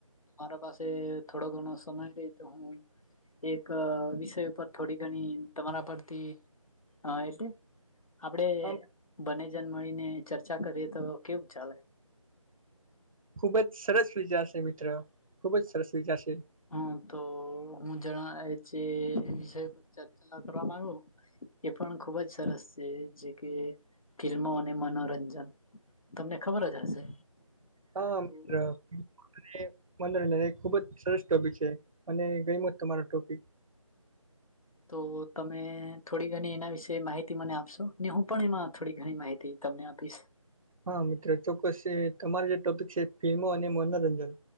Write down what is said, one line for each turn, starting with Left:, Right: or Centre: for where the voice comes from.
Left: મારા પાસે થોડો ઘણો સમય રહે તો હું એક વિષય ઉપર થોડી ઘણી તમારા પરથી એટલે આપડે
Right: આમ
Left: બને જણ મળીને ચર્ચા કરીએ તો કેવું ચાલે.
Right: ખુબ જ સરસ વિચાર છે મિત્રો ખુબ જ સરસ વિચાર છે.
Left: હા તો હું જણા એ જે વિષ ચર્ચા ના કરવા માંગુ. એ પણ ખુબ જ સરસ છે જે કે ફિલ્મો અને મનોરંજન તમને ખબર જ હશે.
Right: હા
Left: તો
Right: મિત્ર. અને મનોરંજન એ ખુબ જ સરસ ટોપિક છે અને ગ્યેમો તમારો ટોપિક.
Left: તો તમે થોડી ઘણી એના વિશે માહિતી મને આપશો? ને હું પણ એમાં થોડી ઘણી માહિતી તમને આપીશ.
Right: હા મિત્રો ચોક્કસ તમારી જે ટોપિક છે ફિલ્મો અને મનોરંજન